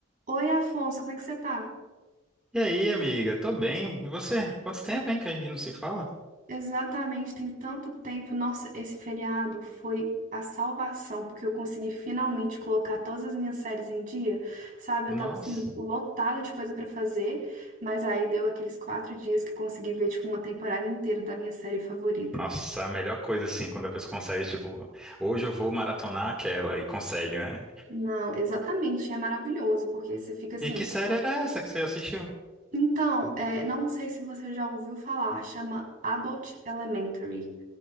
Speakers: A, on the right (about 40°); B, in the centre.
A: Oi, Afonso, como é que você tá?
B: E aí, amiga? Tô bem. E você? Quanto tempo, hein, que a gente não se fala?
A: Exatamente, tem tanto tempo. Nossa, esse feriado foi a salvação, porque eu consegui finalmente colocar todas as minhas séries em dia, sabe?
B: Nossa.
A: Eu tava assim, lotada de coisa pra fazer, mas aí deu aqueles quatro dias que eu consegui ver, tipo, uma temporada inteira da minha série favorita.
B: Nossa, a melhor coisa, assim, quando a pessoa consegue, tipo, hoje eu vou maratonar aquela e consegue, né?
A: Não, exatamente, é maravilhoso, porque você fica assim.
B: E que série era essa que você assistiu?
A: Então, é, não sei se você já ouviu falar, chama Abbott Elementary.